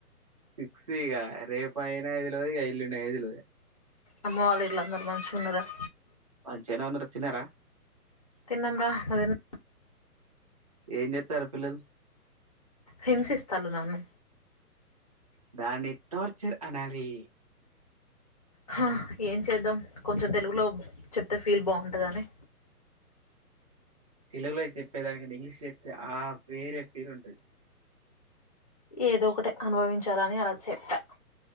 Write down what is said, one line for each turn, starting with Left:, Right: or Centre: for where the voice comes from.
Right: ఫిక్స్ ఇగ రేపు అయిన తెలువదు ఇగ ఎల్లుండి తెలువదు
Left: అమ్మ వాళ్ళింట్ల అందరూ మంచిగా ఉన్నారండి
Right: మంచిగనే ఉన్నరు తిన్నారా
Left: తిన్నాను రా నువ్వు తిన్
Right: ఎంచెత్తర్లు పిల్లలు
Left: హింసిస్తల్లు నన్ను
Right: దాన్ని టార్చర్ అనాలి
Left: హా ఏం చేద్దాం కొంచెం తెలుగులో చెప్తే ఫీల్ బాగుంటుందని
Right: తెలుగులో చెప్పే దానికన్నా ఇంగ్లీష్ చెప్తే ఆ వేరే ఫీర్ ఉంటది
Left: ఏదో ఒకటి అనుభవించాలని అలా చెప్పా